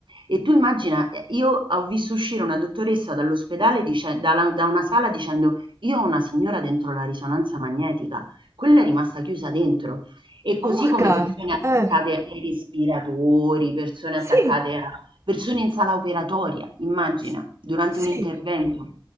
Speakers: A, on the right (about 80°); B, on the right (about 35°).
A: e tu immagina, eh, io ho visto uscire una dottoressa dall'ospedale dice- dalla- da una sala dicendo io ho una signora dentro la risonanza magnetica, quella è rimasta chiusa dentro. E così
B: orca,
A: come persone attaccate
B: eh,
A: ai respiratori, persone
B: sì.
A: attaccate a persone in sala operatoria, immagina,
B: S
A: durante
B: sì,
A: un intervento.